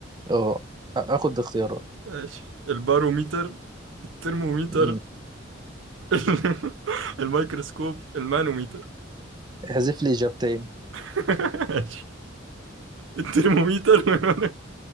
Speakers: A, on the right (about 20°); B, on the right (about 80°).
A: اه أ- اخد اختيارات
B: ماشي الباروميتر الترموميتر
A: مم.
B: <laughs> الميكروسكوب المانوميتر
A: احذف لي اجابتين
B: <laughs> ماشي الترموميتر والمانو-